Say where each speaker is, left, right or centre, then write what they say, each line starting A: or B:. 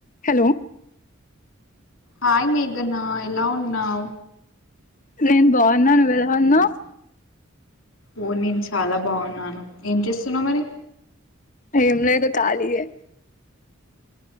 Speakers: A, on the left; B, on the left.
A: హలో
B: హాయ్ మేగనా ఎలా ఉన్నావు
A: నేను బాగున్నా నువ్వు ఎలా ఉన్నావ్
B: ఓ నేను చాలా బాగున్నాను ఏం చేస్తున్నావు మరి
A: ఏం లేదు ఖాళీయే